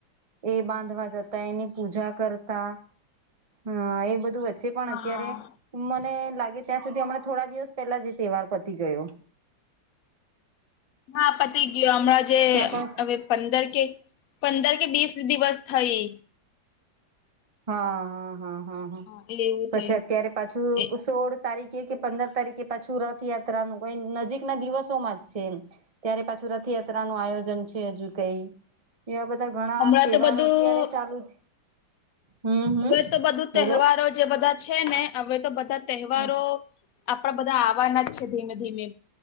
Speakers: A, on the right; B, on the left.
A: એ બાંધવા જતા એની પૂજા કરતા હ એ બધું ્ચે પણ અત્યારે
B: હા
A: મને લાગે ત્યાં સુધી હમણા થોડા દિવસ પહેલા જે તહેવાર પતી ગયો.
B: હા પતિ ગયો અમણા જે
A: ત્યાં પણ
B: હવે પંદર કે પંદર કે વીસ દિવસ થઈ
A: હા હા હા હા હા
B: એટલે એવું
A: પછી
B: થયું
A: અત્યારે પાછું
B: એ
A: સોળ તારીખે કે પંદર તારીખે પાછું રથયાત્રા નું કઈ નજીક ના દિવસોમાં જ છે એમ ત્યારે પાછું રથયાત્રા નું આયોજન છે હજુ કઈ એવા બધા ઘણા
B: હમણાં
A: તહેવાર
B: તો બધું
A: અત્યારે ચાલુ હમ હમ
B: હવે તો બધું તહેવારો
A: બોલો
B: જે બધા છે ને હવે તો બધા તહેવારો
A: હમ
B: આપણા બધા આવવાના જ છે ધીમે ધીમે